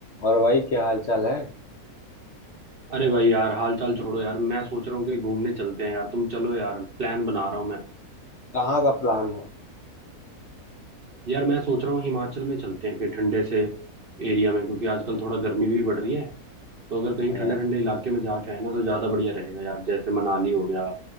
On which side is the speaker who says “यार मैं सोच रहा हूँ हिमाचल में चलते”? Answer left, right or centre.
Right